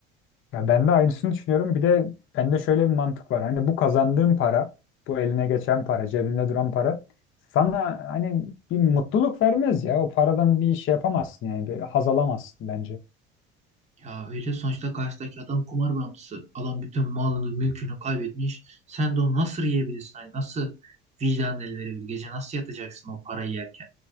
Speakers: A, on the left; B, on the right.
A: Ya ben de aynısını düşünüyorum. Bir de bende şöyle bir mantık var. Hani bu kazandığın para, bu eline geçen para, cebinde duran para sana hani bir mutluluk vermez ya. O paradan bir iş yapamazsın yani. Bir haz alamazsın bence.
B: Ya öyle sonuçta karşıdaki adam kumar bağımlısı. Adam bütün malını, mülkünü kaybetmiş. Sen de onu nasıl yiyebilirsin? Hani nasıl vicdan el verebilir? Gece nasıl yatacaksın o parayı yerken?